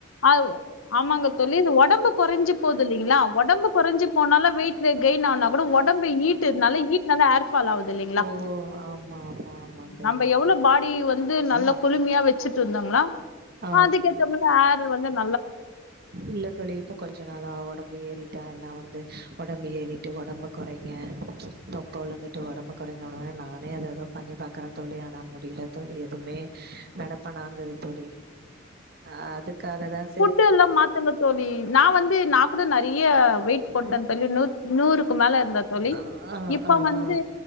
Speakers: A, on the left (about 80°); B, on the right (about 50°).
A: ஆஹ் ஆமாங்க தோழி இது ஒடம்புக் கொறஞ்சி போது இல்லிங்களா ஒடம்பு கொறஞ்சி போனாலே வெயிட் கெயின் ஆனா கூட உடம்பு ஈட்டுநால நல்ல ஈட்டு அர் ஃபால் ஆவுது இல்லைங்களா
B: ஓ ஆமா ஆமா ஆமா தோழி
A: நம்ம எவ்வளவு பாடி வந்து வந்து நல்ல குழுமையா வச் வெச்சிட்டு இருந்தோங்களா
B: ஆ
A: அதுக்கேத்த ஹார் வந்தன்
B: இல்ல தொழி இப்ப கொஞ்ச நாளா ஒடம்பு ஏறிட்டா எல்லாம் வந்து ஒடம்பு ஏறிட்டு ஒடம்பு கொறைங்க தொப்ப விழுந்துட்டு ஒடம்பு கொறைங்க உடன நானே அத எதோ பண்ணி பாக்குறேன் தொழி ஆனா முடில தோழி எதுவுமே நடப்பனாங்குது தொழி அஹ் அதுக்காக தான்
A: ஃபுட்டு எல்லாம் மாத்துங்க தோழி நான் வந்து நா கூட நெறைய யா வெயிட் போட்ட
B: ம்
A: தோழி நூத் நூறு குமேல இந்த தொழி
B: ஆ
A: இப்ப
B: ஆ
A: வந்து
B: ஆ